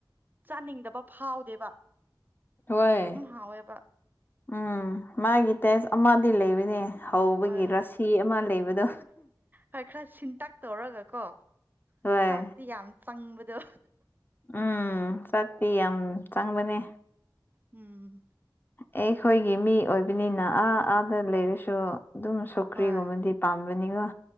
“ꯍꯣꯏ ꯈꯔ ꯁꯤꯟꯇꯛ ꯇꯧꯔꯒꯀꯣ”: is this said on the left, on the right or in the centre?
Right